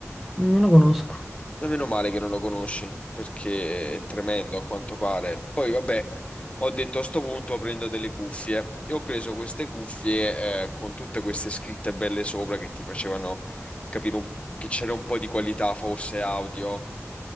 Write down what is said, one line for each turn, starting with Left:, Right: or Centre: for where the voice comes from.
Centre: Non lo conosco.
Left: Ma meno male che non lo conosci, perché è tremendo a quanto pare. Poi, vabbè, ho detto a sto punto prendo delle cuffie e ho preso queste cuffie eh, con tutte queste scritte belle sopra che ti facevano capire un- che c'era un po' di qualità, forse audio.